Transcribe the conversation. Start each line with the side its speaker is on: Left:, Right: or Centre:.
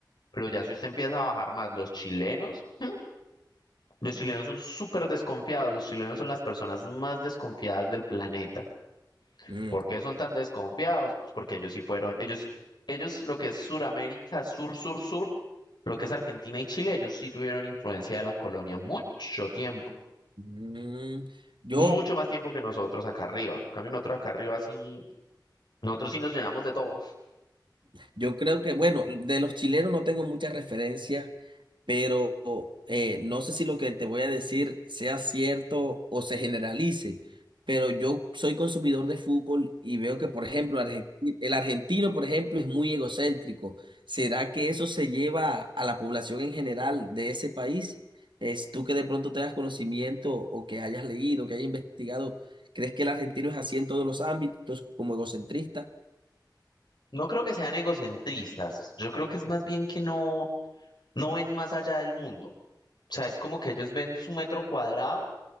Left: pero ya si usted empieza a bajar más los chilenos, ¿hmm? los chilenos son súper desconfiados, los chilenos son las personas más desconfiadas del planeta.
Right: Mm,
Left: ¿Por qué son tan desconfiados? Pues porque ellos sí fueron, ellos, ellos lo que es Suramérica, sur, sur, sur, lo que es Argentina y Chile, ellos sí tuvieron influencia de la colonia mucho tiempo,
Right: mm, yo.
Left: mucho más tiempo que nosotros acá arriba. En cambio, nosotros acá arriba sí, nosotros sí nos llenamos de todo.
Right: Yo creo que, bueno, de los chilenos no tengo muchas referencias, pero eh, no sé si lo que te voy a decir sea cierto o se generalice, pero yo soy consumidor de fútbol y veo que, por ejemplo, Argenti- el argentino, por ejemplo, es muy egocéntrico. ¿Será que eso se lleva a la población en general de ese país? Es tú que de pronto tengas conocimiento o que hayas leído, que hayas investigado, ¿crees que el argentino es así en todos los ámbitos como egocentrista?
Left: No creo que sean egocentristas, yo creo que es más bien que no, no ven más allá del mundo. O sea, es como que ellos ven su metro cuadrado